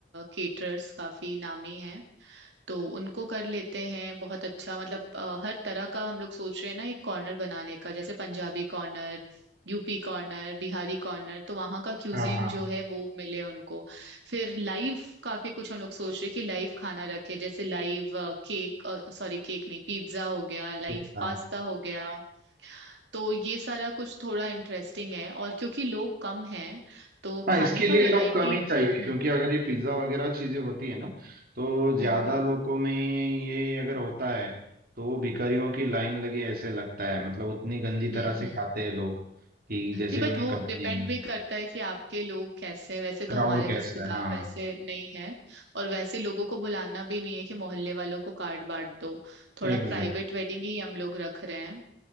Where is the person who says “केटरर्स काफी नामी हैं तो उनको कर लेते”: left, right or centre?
Right